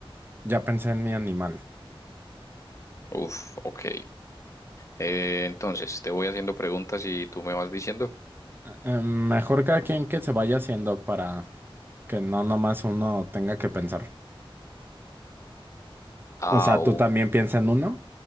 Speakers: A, on the right; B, on the left.
A: ya pensé en mi animal.
B: Uf, ok. Eh, entonces, te voy haciendo preguntas y tú me vas diciendo.
A: Eh, mejor cada quien que se vaya haciendo para que no nomás uno tenga que pensar.
B: Ah,
A: O sea,
B: u-
A: tú también piensa en uno